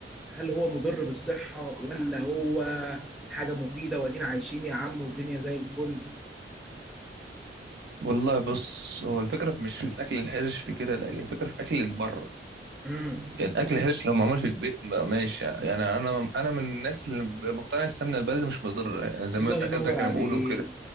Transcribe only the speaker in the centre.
هل هو مضر بالصحة ولا هو حاجة مفيدة وادينا عايشين يا عم والدنيا زي الفل
امم
الله
ينور
عليك